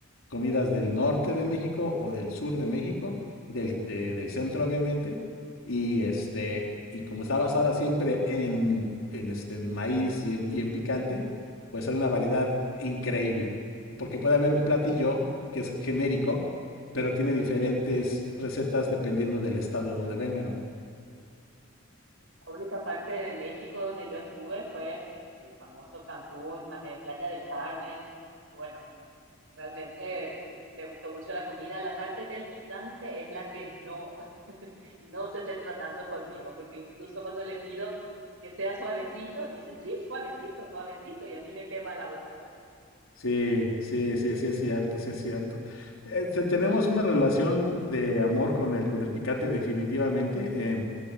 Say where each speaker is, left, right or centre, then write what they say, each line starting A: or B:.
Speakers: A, on the left; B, on the right.
A: comidas del norte de México o del sur de México, del, de- del centro obviamente, y este, y como está basada siempre en, en, este, en maíz y en, y en picante, pues hay una variedad increíble, porque puede haber un platillo que es genérico, pero tiene diferentes recetas dependiendo del estado de donde vengan, ¿no?
B: La única parte de México donde yo estuve fue el famoso Cancún, ma- eh, Playa del Carmen. Y bueno, realmente me gustó mucho la comida. La parte del picante es la que no no se centra tanto conmigo, porque incluso cuando le pido que sea suavecito, me dicen, sí, suavecito, suavecito, y a mí me quema la boca.
A: Sí, sí, sí, sí es cierto, sí es cierto. Este, tenemos una relación de amor con el, con el picante definitivamente.